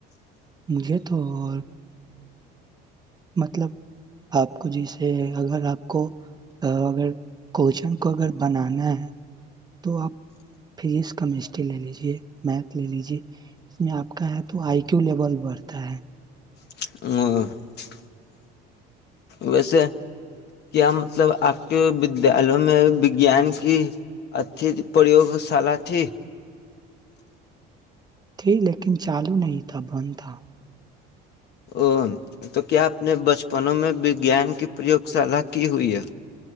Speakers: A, on the right; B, on the left.
A: مجھے تو ہ مطلب آپ کو جیسے اگر آپ کو اگر کوچن کو اگر بنانا ہے تو آپ فزکس کیمسٹری لے لیجے میتھ لے لیجے اس میں آپ کا تو آئی کیو لیول بڑھتا ہے
B: <inaudible> <inaudible> ویسے کیا مطلب آپ کے ودیالوں میں وجان کی اھی پریوگ شال تھی
A: تھی لیکن چالو نہیں تھا بند تھا
B: ا تو کیا آپ نے بچپنوں میں وگان کی پریوگ شالا کی ہوئی ہے